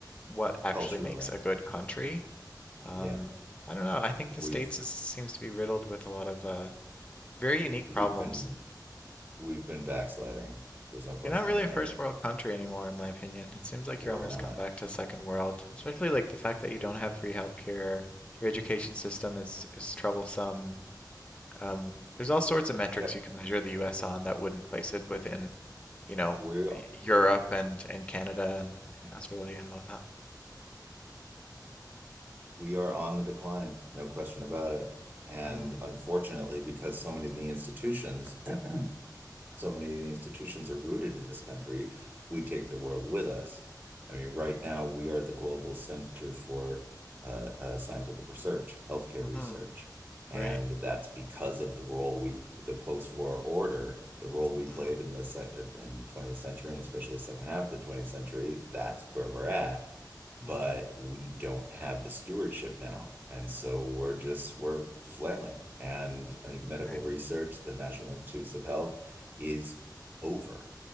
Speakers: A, on the left; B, on the right.
A: what actually
B: culturally.
A: makes a good country, um,
B: Yeah.
A: I don't know. I think
B: We've
A: the States is, seems to be riddled with a lot of uh, very unique
B: we've
A: problems.
B: been we've been backsliding. There's no question
A: You're not really
B: about
A: a first
B: it.
A: world country anymore, in my opinion. It seems like
B: We're
A: you're almost
B: not.
A: gone back to second world, especially like the fact that you don't have free healthcare. Your education system is is troublesome. Um, there's all sorts of metrics
B: Yep.
A: you could measure the US on that wouldn't place it within, you know,
B: we
A: y- Europe and and Canada and, and Australia and whatnot.
B: we are on the decline, no question about it. And
A: Mm,
B: unfortunately, because so many of the institutions <clears throat> so many of the institutions are rooted in this country, we take the world with us. I mean, right now we are the global center for uh, uh, scientific research, healthcare
A: mm-hmm,
B: research, and
A: right.
B: that's because of the role we, the post-war order, the role we played
A: Mm,
B: in the sec in the 20th century and especially the second half of the 20th century. That's where we're at.
A: mm,
B: But we don't have the stewardship now, and so we're just we're flailing. And I mean, medical
A: right.
B: research, the National Institutes of Health is over.